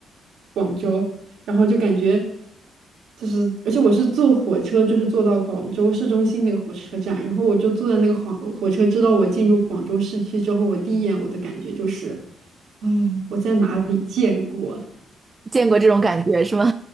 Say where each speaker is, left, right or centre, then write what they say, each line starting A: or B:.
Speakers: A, on the right; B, on the right.
A: 广州，然后就感觉就是，而且我是坐火车，就是坐到广州市中心那个火车站，然后我就坐在那个火火车，知道我进入广州市区之后，我第一眼我的感觉就是，哦，我在哪里见过？
B: 见过这种感觉是吗？